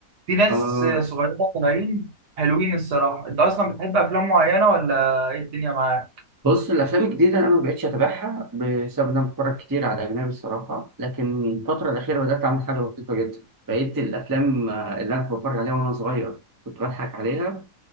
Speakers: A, on the right (about 80°); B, on the right (about 20°).
A: في ناس
B: آه
A: صغيره طالعين حلوين الصراحه انت اصلا بتحب افلام معينه ولا ايه الدنيا معاك
B: بص الافلام الجديده انا ما بقتش اتابعها بسبب ان انا بتفرج كتير على اجنبي الصراحه لكن الفتره الاخيره بدات اعمل حاجه لطيفه جدا بقيت الافلام آه، اللي انا كنت بتفرج عليها وانا صغير كنت بضحك عليها